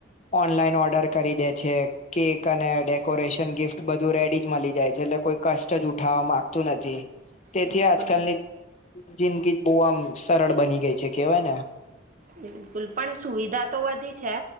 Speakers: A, on the left; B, on the right.
A: ઓનલાઈન ઓર્ડર કરી દે છે કેક અને ડેકોરેશન ગિફ્ટ બધું રેડી જ મળી જાય છે એટલે કોઈ કષ્ટ જ ઉઠાવવા માંગતું નથી તેથી
B: બિલકુલ
A: આજકાલની જિંદગી બહુ આમ સરળ બની ગઈ છે કેવાય ને
B: બિલકુલ પણ સુવિધા તો વધી છે